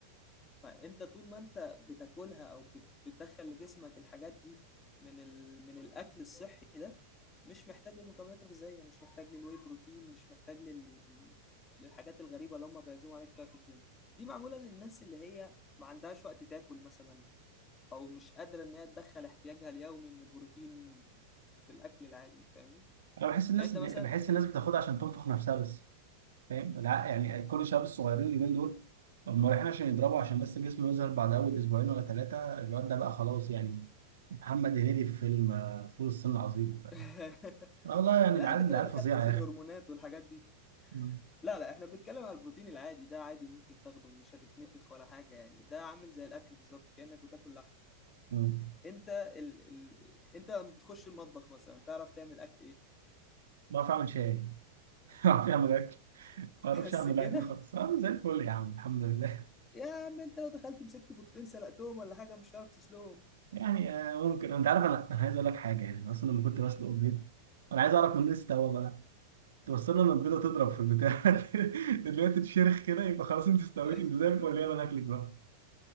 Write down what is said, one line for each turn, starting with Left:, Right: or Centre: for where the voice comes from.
Left: فانت طول ما انت بتاكلها او بت- بتدخل لجسمك الحاجات دي من ال... من الاكل الصحي ده مش محتاج للمكملات الغذائيه مش محتاج للواي بروتين مش محتاج لل... للحاجات الغريبه اللي هم بيعزموا عليك فيها في الجيم دي معموله للناس اللي هي ما عندهاش وقت تاكل مثلا او مش قادره ان هي تدخل احتياجها اليومي من البروتين في الاكل العادي فاهمني
Right: انا بحس الناس
Left: يعني انت
Right: بحس
Left: مثلا ت...
Right: الناس بتاخدها عشان تنفخ نفسها بس فاهم؟ لا يعني كل الشباب الصغيرين اليومين دول هم رايحين عشان يضربوا عشان بس جسمه يظهر بعد اول اسبوعين ولا ثلاثه الواد ده بقى خلاص يعني محمد هنيدي في فيلم آه، فول الصين العظيم ف-
Left: <laughs>
Right: آه والله يعني
Left: لا
Right: العيال
Left: انت كده
Right: العيال
Left: دخلت
Right: فظيعه
Left: في
Right: يا
Left: الهرمونات
Right: اخي
Left: والحاجات دي
Right: مم.
Left: لا لا احنا بنتكلم على البروتين العادي ده عادي ممكن تاخده مش هتتنفخ ولا حاجه يعني ده عامل زي الاكل بالظبط كانك بتاكل لحم
Right: مم.
Left: انت ال... ال... انت لما بتخش المطبخ مثلا تعرف تعمل اكل ايه
Right: بعرف اعمل شاي <laughs> بعرف اعمل اكل ما بعرفش
Left: <laughs> بس
Right: اعمل
Left: كده
Right: اكل خالص انا زي الفل يا عم الحمد لله
Left: يا عم انت لو دخلت مسكت بيضتين سلقتهم ولا حاجه مش هتعرف تسلقهم
Right: <laughs> يعني آه، ممكن انت عارف انا انا عايز اقول لك حاجه يعني أنا اصلا لما كنت بسلق البيض انا عايز اعرف من الناس استوى بقى توصلنا ان البيضه تضرب في البتاع <laughs> اللي هي تتشرخ كده يبقى خلاص انت استويت
Left: <laughs>
Right: انت زي الفل يلا ناكلك بقى